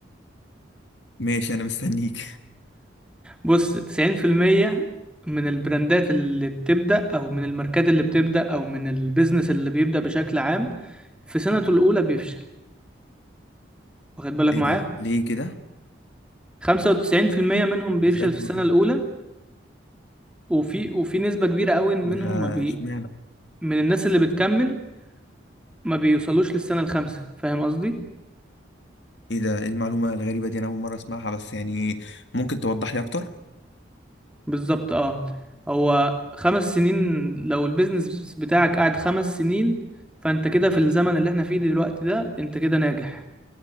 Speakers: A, on the left (about 70°); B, in the centre.
A: ماشي أنا مستنيك
B: بص 90% من البراندات اللي بتبدأ او من الماركات اللي بتبدأ او من البيزنس اللي بيبدأ بشكل عام في سنته الاولى بيفشل واخد بالك
A: <laughs> إيه
B: معايا
A: ده ليه كده؟
B: 95% منهم بيفشل
A: بس أيوة
B: في السنة
A: معاك.
B: الاولى وفي وفي نسبة كبيرة قوي منهم
A: ده
B: ما بي
A: اشمعنى؟
B: من الناس اللي بتكمل ما بيوصلوش للسنة الخامسة فاهم قصدي
A: إيه ده إيه المعلومة الغريبة دي أنا أول مرة أسمعها بس يعني ممكن توضح لي أكتر؟
B: بالظبط اه هو خمس سنين لو البيزنس بتاعك قعد خمس سنين فانت كده في الزمن اللي احنا فيه دلوقتي ده انت كده ناجح